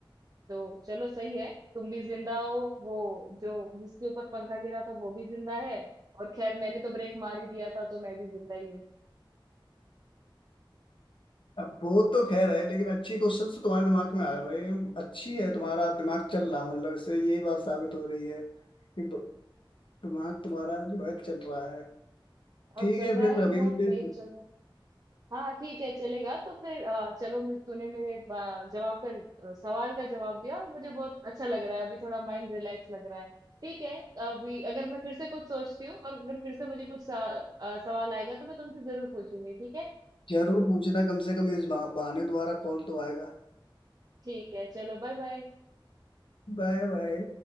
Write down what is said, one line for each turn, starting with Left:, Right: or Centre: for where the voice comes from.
Right: तो चलो सही है तुम भी जिंदा हो वो जो जिसके ऊपर पंखा गिरा था वो भी जिंदा है और खैर मैंने तो ब्रेक मार ही दिया था तो मैं भी जिंदा ही हूँ
Left: अब वो तो खैर है लेकिन अच्छे क्वेश्चंस तो तुम्हारे दिमाग में आ रहे हैं अच्छी है तुम्हारा दिमाग चल रहा है, मतलब इससे यही बात साबित हो रही है कि ब- दिमाग तुम्हारा जो है चल रहा है
Right: और
Left: ठीक
Right: चल
Left: है
Right: रहा
Left: फिर
Right: है और
Left: अभी
Right: बहुत
Left: मुझे
Right: तेज चल रहा है हाँ ठीक है चलेगा तो फिर अ, चलो मुझे- तूने मेरे बा- जवाब का अ, सवाल का जवाब दिया और मुझे बहुत अच्छा लग रहा है अभी थोड़ा माइंड रिलैक्स लग रहा है ठीक है अभी अगर मैं फिर से कुछ सोचती हूँ और अगर फिर से मुझे कुछ सा- अ, सवाल आएगा तो मैं तुमसे जरूर पूछूंगी ठीक है
Left: जरूर पूछना कम से कम इस बहा- बहाने दोबारा कॉल तो आएगा
Right: ठीक है चलो बाय बाय
Left: Bye bye